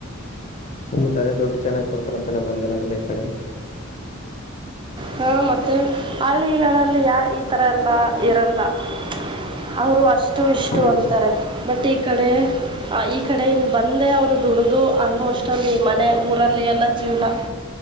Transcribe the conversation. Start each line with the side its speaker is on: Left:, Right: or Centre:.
Left: ಮತ್ತೆ ಅದೇ ದುಡ್ಡು ಚೆನ್ನಾಗ್ ಕೊಡ್ತಾರ ಅಂತನ ಬಂದಿರ ಅದ್ರ ಈ ಕಡೆ
Right: ಹಾ ಮತ್ತೆ ಹಳ್ಳಿಗಳಲ್ಲಿ ಯಾ ಈ ತರ ಎಲ್ಲ ಇರಲ್ಲ <inaudible> ಅವರು ಅಷ್ಟು ಇಷ್ಟು
Left: ಹ್ಮ್
Right: ಅಂತಾರೆ ಬಟ್ ಈ ಕಡೆ ಈ ಕಡೆಯಿಂದ ಬಂದ ಅವ್ರು ದುಡ್ದು ಆಲ್ಮೋಸ್ಟ್ ಅಲ್ಲಿ ಮನೆ ಊರಲ್ಲಿ ಎಲ್ಲ ಜೀವ್ನ